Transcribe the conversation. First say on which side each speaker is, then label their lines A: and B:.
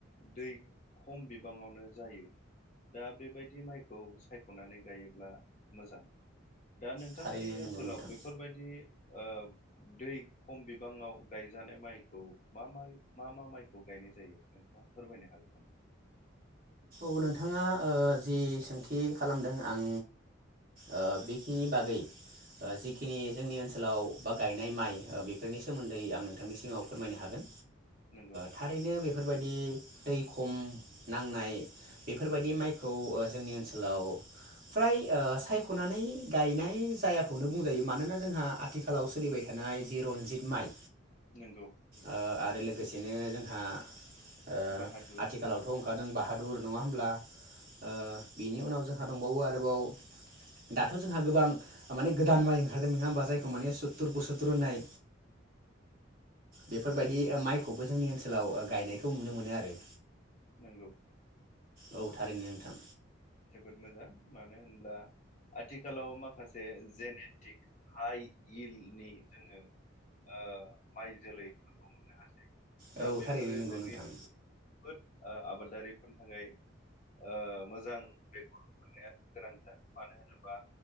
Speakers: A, on the left; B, on the right.
A: दै खम बिबाङावनो जायो दा बे बेबायदि माइखौ सायखनानै गायोब्ला मोजां दा नोंथांमोननि
B: थारैनो
A: ओनसोलाव
B: नंगौ नोंथां
A: बेफोरबायदि ओ दै खम बिबाङाव गायजानाय माइखौ मा मा मा मा माइखौ गायनाय जायो नोंथाङा फोरमायनो हागोन नामा?
B: औ नोंथाङा ओ जि सोंथि खालामदों आं ओ बेखिनि बागै ओ जिखिनि जोंनि ओनसोलाव बा गायनाय माइ ओ बेफोरनि सोमोन्दै आं नोंथांनि सिगाङाव फोरमायनो हागोन।
A: नंगौ
B: थारैनो बेफोरबायदि दै खम नांनाय बेफोरबायदि माइखौ खौ ओ जोंनि ओनसोलाव फ्राय सायखनानै गायनाय जायाखौनो बुंजायो मानोना जोंहा आथिखालाव सोलिबाय थानाय जि रनजित माइ
A: नंगौ
B: ओ आरो लोगोसे बिदिनो जोंहा ओ
A: बाहादुर
B: आथिखालावथ ओंखारदों बा हादुर नङा होनब्ला ओ बिनि उनाव जोंहा दंबावो आरोबाव दाथ' जोंहा गोबां माने गोदान माइ ओंखारदों नोङा होम्बा? जायखौ माने सुत्तुर बुसुत्तुर होननाय। बेफोरबायदि ओ माइखौबो जोंनि ओनसोलाव गायनायखौ नुनो मोनो आरो।
A: नोंगौ।
B: औ थारैनो नोंथां।
A: जोबोद मोजां मानो होनब्ला आथिखालाव माखासे जेनेटिक हाइ इलनि जोङो ओ माइ जोलैफोरखौ मोननो हासै।
B: औ
A: दा बेफोरो
B: थारैनो नंगौ
A: जोंनि
B: नोंथां
A: बोद आ आबाद दारि फोरनि थाखाय ओ मोज मोजां बेगर मोननाया गोनांथार मानो होनोबा